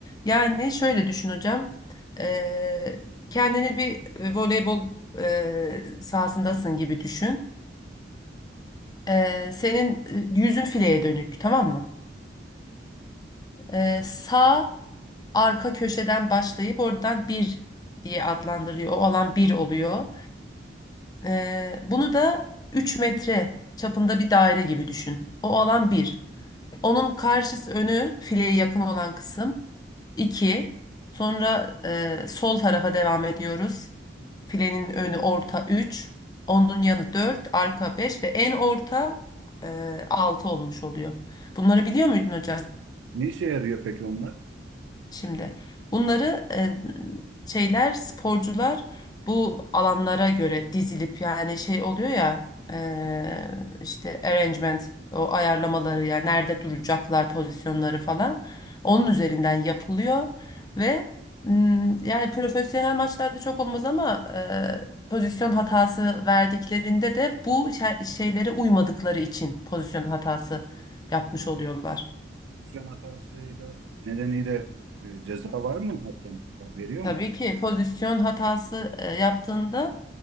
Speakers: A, on the left; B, on the right.
A: Yani şöyle düşün hocam. E, kendini bir e, voleybol e, sahasındasın gibi düşün. E, senin e, yüzün fileye dönük, tamam mı? E, sağ arka köşeden başlayıp oradan bir diye adlandırıyor. O alan bir oluyor. E, bunu da 3 metre çapında bir daire gibi düşün. O alan bir. Onun karşısı önü fileye yakın olan kısım 2. Sonra e, sol tarafa devam ediyoruz. Filenin önü orta 3. Onun yanı 4, arka 5 ve en orta e, 6 olmuş oluyor. Bunları biliyor muydun hocam?
B: Ne işe yarıyor peki onlar?
A: Şimdi bunları e, şeyler sporcular bu alanlara göre dizilip yani şey oluyor ya e, işte arrangement o ayarlamaları yani nerede duracaklar pozisyonları falan onun üzerinden yapılıyor ve m, yani profesyonel maçlarda çok olmaz ama e, pozisyon hatası verdiklerinde de bu şe- şeylere uymadıkları için pozisyon hatası yapmış oluyorlar.
B: İsyan hatasıyla nedeniyle e, ceza var mı? Hakem veriyor
A: Tabii
B: mu?
A: ki pozisyon hatası e, yaptığında